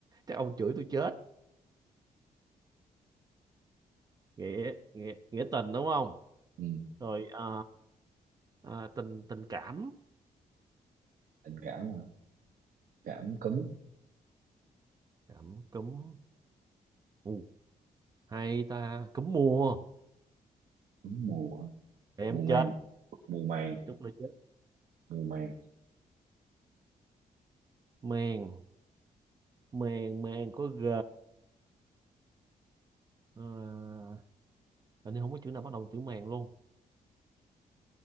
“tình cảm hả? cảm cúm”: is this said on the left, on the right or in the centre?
Right